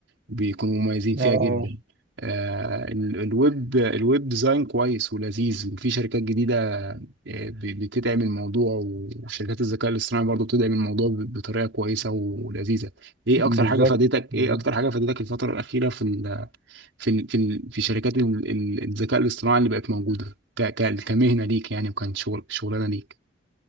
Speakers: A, on the right; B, on the right.
A: بيكونوا مميزين فيها
B: اه
A: جدا
B: اه
A: آه، ال- الويب الويب ديزاين كويس ولذيذ وفي شركات جديدة آه، ب- بتدعم الموضوع وشركات الذكاء الاصطناعي برضه بتدعم الموضوع ب- بطريقة كويسة ولذيذة ايه
B: بالظبط
A: اكتر حاجة فادتك
B: بالظبط.
A: ايه اكتر حاجة فادتك الفترة الأخيرة في في في في شركات ال- ال- الذكاء الاصطناعي اللي بقت موجودة ك- ك- كمهنة ليك يعني وكان شغل شغلانة ليك